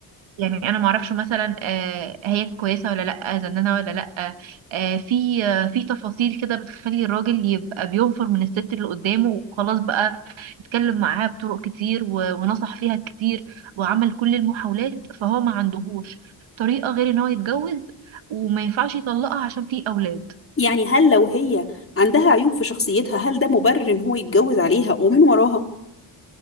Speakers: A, on the right (about 75°); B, on the left (about 25°).
A: يعني انا ما اعرفش مثلا آه، هي كويسه ولا لا زنانه ولا لا آه، في آه، في تفاصيل كده بتخلي الراجل يبقى بينفر من الست اللي قدامه وخلاص بقى اتكلم معاها بطرق كتير و- ونصح فيها كتير وعمل كل المحاولات فهو ما عندهوش طريقه غير ان هو يتجوز وما ينفعش يطلقها عشان في اولاد
B: يعني هل لو هي عندها عيوب في شخصيتها هل ده مبرر ان هو يتجوز عليها ومن وراها